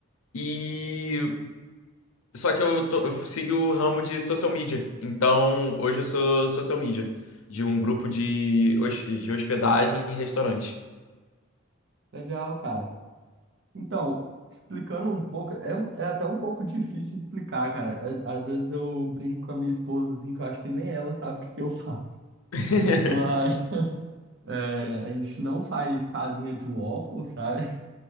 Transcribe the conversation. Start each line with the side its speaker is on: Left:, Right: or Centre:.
Left: e só que eu, tô, eu sigo o ramo de social media. Então, hoje eu sou social media de um grupo de, hos- de hospedagem e restaurante.
Right: Legal, cara. Então, explicando um pouco, é, um- é até um pouco difícil explicar, cara. É- Às vezes eu brinco com a minha esposa, assim, que eu acho que nem ela sabe o que que eu faço.
Left: <laughs>
Right: <laughs> Mas, é, a gente não faz casinha de waffle, sabe?